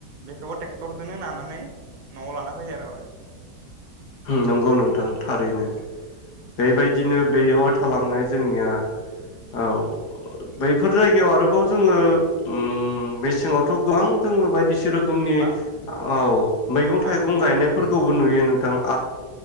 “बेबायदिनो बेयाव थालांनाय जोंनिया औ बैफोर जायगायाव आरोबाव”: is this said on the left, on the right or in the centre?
Left